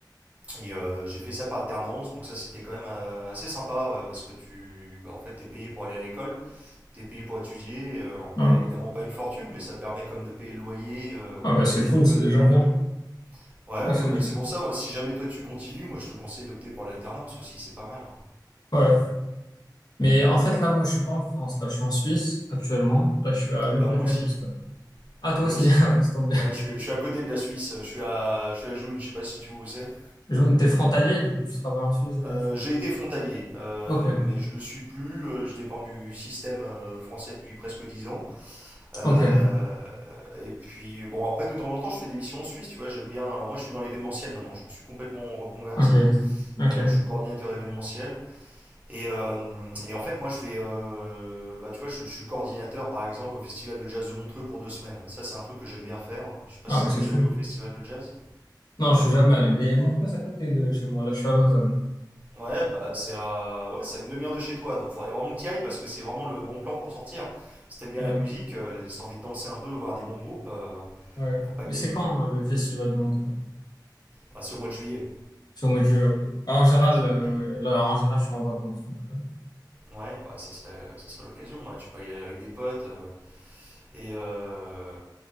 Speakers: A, on the right; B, on the left.
A: et euh, j'ai fait ça par alternance. Donc ça, c'était quand même euh, assez sympa euh, parce que tu, bah, en fait, t'es payé pour aller à l'école, t'es payé pour étudier. euh, alors, après,
B: Ah,
A: évidemment, pas une fortune, mais ça permet comme de payer le loyer, euh,
B: Ah, bah, c'est
A: et puis
B: cool,
A: tu
B: c'est
A: vois, de
B: déjà
A: joindre
B: bien.
A: les deux bouts. Ouais,
B: Ouais,
A: ouais,
B: c'est
A: bah
B: déjà...
A: c'est pour ça. Moi, si jamais toi tu continues, moi, je te conseille d'opter pour l'alternance aussi. C'est pas mal. hein.
B: Ouais. Mais en fait, là, moi, je suis pas en France. Là, je suis en Suisse, actuellement. Là, je suis à l'EPFL,
A: Et bah moi aussi.
B: je sais pas. Ah, toi
A: Moi
B: aussi,
A: aussi.
B: <laughs> Ah, c'est tombé.
A: Ouais, je suis, je suis à côté de la Suisse, je suis à, je suis à Joune, je sais pas si tu vois où c'est.
B: Jaune, t'es frontalier, du coup, tu travailles en Suisse et
A: Euh,
B: tu...
A: j'ai été frontalier, euh,
B: Ok,
A: mais je le suis plus, euh, je dépends du système euh, français depuis presque 10 ans. Euh,
B: ok,
A: et puis, bon, après, de temps en temps, je fais des missions en Suisse, tu vois, j'aime bien. Alors, moi, je suis dans l'événementiel maintenant, je me suis complètement reconverti,
B: ok, ok.
A: euh, je suis coordinateur événementiel. Et, euh, et en fait, moi, je vais, euh, bah, tu vois, je, je suis coordinateur, par exemple, au Festival de Jazz de Montreux pour deux semaines. Ça, c'est un truc que j'aime bien faire. Je sais pas
B: Ah,
A: si
B: mais c'est
A: t'es déjà
B: cool.
A: allé au Festival de Jazz.
B: Non, je suis jamais allé, mais Montreux, c'est à côté de chez moi. Là, je suis à Lausanne.
A: Ouais, bah c'est à... ouais, c'est à une demi-heure de chez toi, donc faudrait vraiment que tu y ailles parce que c'est vraiment le bon plan pour sortir. Si t'aimes bien
B: Ouais,
A: la musique, euh, si t'as envie de danser un peu, voir des bons groupes, euh,
B: ouais.
A: faut pas
B: Mais
A: que t'hésites,
B: c'est quand
A: hein.
B: euh, le festival de Montreux?
A: Bah, c'est au mois de juillet.
B: C'est au mois de juillet, ok. Bah, en général,
A: C'est
B: euh,
A: au mois de juillet.
B: ouais, là, en général, je suis en vacances, donc. euh,
A: Ouais, bah ça serait, ça serait l'occasion, ouais. Tu peux y aller avec des potes. euh, et, euh,